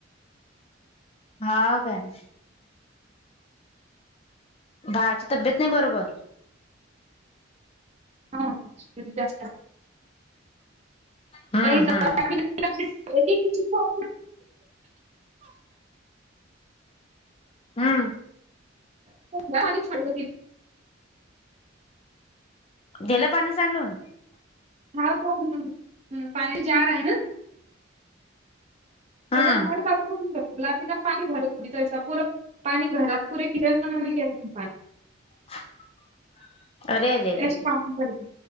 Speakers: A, on the left; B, on the right.
A: हा बण भावाची तब्येत नाही बरोबर
B: हा जास्त
A: हम्म
B: शिक
A: हम्म हम्म
B: हो हो
A: गलं पाणी सांडून
B: हा प पाी जाार आहे ना
A: हम्म
B: त्याचाड का क पाणी भरत हो त्याचा पर पाणी घरात पुरे क्लअर पण के पाणी
A: <inaudible> अरे रे
B: त्याची
A: रे रे
B: माग करते